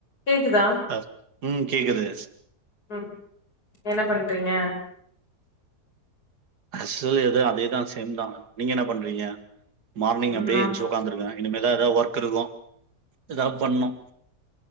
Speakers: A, on the left; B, on the right.
A: கேக்குதா
B: அஹ உம் கேக்குது
A: ம் என்ன பண்றீங்க
B: அசல் எதோ அதேதான் சேம் தான் நீங்க என்ன பண்றீங்க மார்னிங்
A: ம்
B: அப்படியே
A: ஆ
B: எந்திச்சு உட்காந்துருக்கங்க இனிமல ஏதாவது ஒர்க் இருக்கும் ஏதாவது பண்ணும்